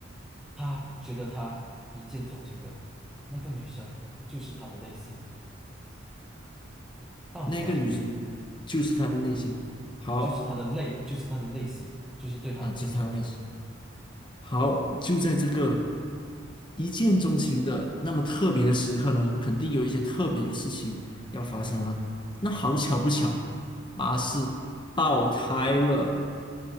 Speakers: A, in the centre; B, on the left.
A: 他觉得他一见钟情了。那个女生就是他的类型，到你吧，
B: 那个女生就是他的内心。
A: 兄弟，
B: 好
A: 就是他的类，就是他的类型，就是对他一见钟情了。
B: 啊，就是他的内心。好，就在这个一见钟情的那么特别的时刻呢，肯定有一些特别的事情要发生了。那好巧不巧，巴士爆胎了。